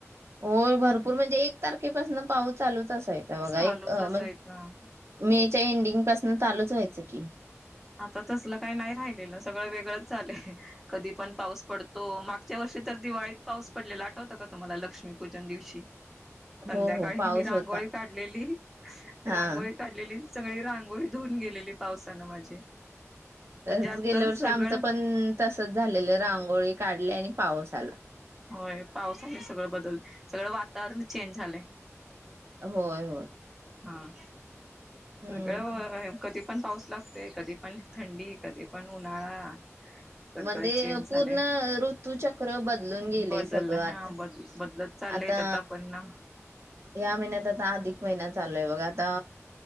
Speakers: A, on the right; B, in the centre.
A: होय. भरपूर म्हणजे एक तारखेपासून पाऊस चालूच असायचा बघा.
B: चालूच
A: एक
B: असायचा
A: म्हणजे मे -- एंडिंग पासून चालूच व्हायचं की
B: आता तसलं काही नाही राहिलेलं सगळं वेगळंच झालंय कधी पण पाऊस पडतो. मागच्या वर्षी तर दिवाळीत पाऊस पडलेला आठवतं का तुम्हाला लक्ष्मीपूजन दिवशी संध्याकाळी
A: हो हो पाऊस
B: मी रांगोळी
A: होता
B: काढलेली
A: हा.
B: रांगोळी काढलेली सगळी रांगोळी धुऊून गेलेली पावसानं माझी म्हणजे
A: तस
B: आता
A: गेल्या वर्षी
B: सगळं
A: आमचं पण तसचं झालेलं रांगोळी काढली आणि पाऊस आला
B: होय पावसाने सगळं बदललं सगळं वातावरण चेंज झालंय
A: होय होय
B: हं
A: हम्म.
B: सगळं होय कधी पण पाऊस लागतोय कधी पण थंडी, कधी पण उन्हाळा सगळं
A: म्हणजे
B: चेंज
A: पूर्ण
B: झालंय
A: ऋतुचक्र बदलून गेले
B: बदललं
A: सगळंत
B: हा बद बदलत चाललंय
A: आता
B: त्याचा परिणाम
A: या महिन्यात आता अधिक महिना आता